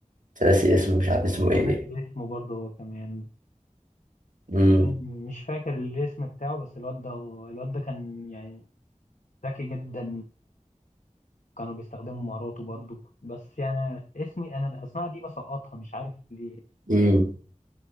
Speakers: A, on the right (about 80°); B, on the left (about 70°).
A: بس أنا ناسي اسمه مش عارف
B: آه،
A: اسمه
B: انا
A: ايه
B: ناسي اسمه برضه هو كمان
A: امم
B: والله مش فاكر الاسم بتاعه بس الواد ده الواد ده كان يعني ذكي جدا كانوا بيستخدموا مهاراته برضو بس يعني اسمي انا الاسماء دي بسقطها مش عارف ليه
A: امم